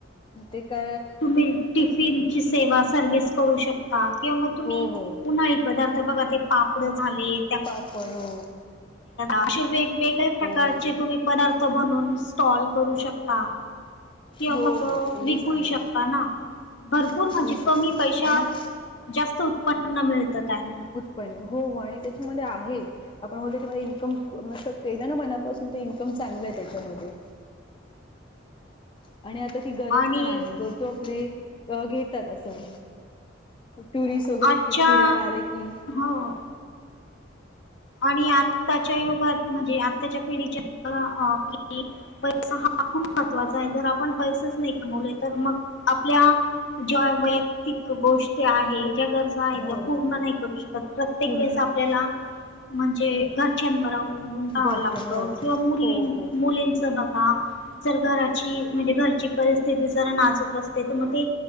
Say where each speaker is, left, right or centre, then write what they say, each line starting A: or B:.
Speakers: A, on the left; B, on the left.
A: ते का
B: तुम्ही टिफिनची सेवा सर्विस करू शकता किंवा मग तुम्ही
A: हो हो
B: उन्हाळी पदार्थ बघा ते पापड झाले त्या
A: पडो
B: असे वेगवेगळ्या प्रकारचे
A: हो
B: तुम्ही पदार्थ म्हणून इस्टॉल करू शकता किंवा
A: हो
B: मग
A: हो तेच
B: विकू
A: आहे
B: शकता ना भरपूर
A: ते
B: म्हणजे
A: होऊ शकत
B: कमी पैशात
A: आणि
B: जास्त उत्पन्न मिळतं त्यांनी
A: पण हो आणि त्याच्यामध्ये आहे आपण बोलतो त्याच्यामध्ये इन्कम म केलं ना मनापासून तर इन्कम चांगलं आहे त्याच्यामध्ये आणि आता ती गरज
B: आणि
A: पण आहे जो तो आपले घेतात असं टुरिस्ट वगैरे
B: आजच्या
A: खूप फिरायला आले की
B: हो आणि आत्ताच्या युगात म्हणजे आत्ताच्या पिढीच्या कि पैसा हा खूप महत्वाचा आहे जर आपण पैसेच नाही कमवले तर मग आपल्या ज्या वैयक्तिक गोष्टी आहे ज्या गरजा आहेत
A: हो
B: त्या पूर्ण नाही करू शकत प्रत्येक
A: पूर्ण
B: वेळेस
A: नाही
B: आपल्याला
A: करू
B: म्हणजे घरच्यांवर अवलंबून राहावं
A: घरच्या
B: लागत
A: हो
B: किंवा मुली
A: हो हो
B: मुलींच बघा जर घराची म्हणजे घरची परिस्थिती जरा नाजूक असते तर मग ते